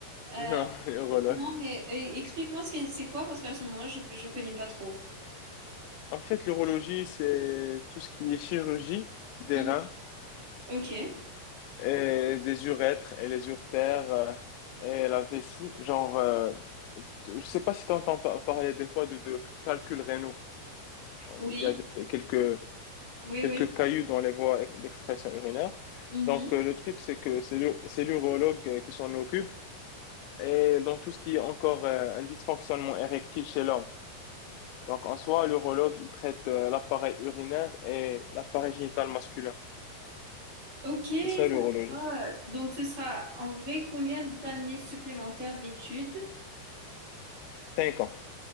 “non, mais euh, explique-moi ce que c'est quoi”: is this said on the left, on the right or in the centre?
Right